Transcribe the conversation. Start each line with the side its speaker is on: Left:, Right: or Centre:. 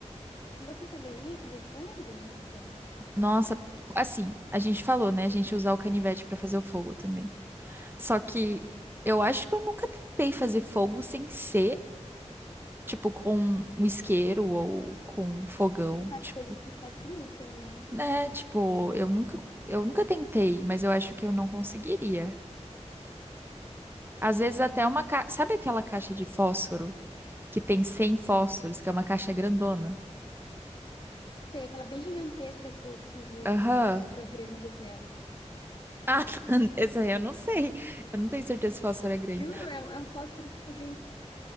Left: Você saberia fazer fogo? Tipo,
Right: Nossa, assim, a gente falou, né? A gente usar o canivete pra fazer o fogo também. Só que eu acho que eu nunca tentei fazer fogo sem ser, tipo, com um isqueiro ou com um fogão,
Left: com as
Right: tipo,
Left: coisas que facilitam, né?
Right: né? Tipo, eu nunca, eu nunca tentei, mas eu acho que eu não conseguiria. Às vezes até uma ca... Sabe aquela caixa de fósforo que tem 100 fósforos, que é uma caixa grandona?
Left: Tem aquela bem gigantesca que o, que o
Right: Aham.
Left: fósforo é grande até.
Right: Ah, <laughs> essa aí eu não sei. Eu não tenho certeza se fósforo é grande.
Left: Juro, é, um- é um fósforo, tipo, de uns,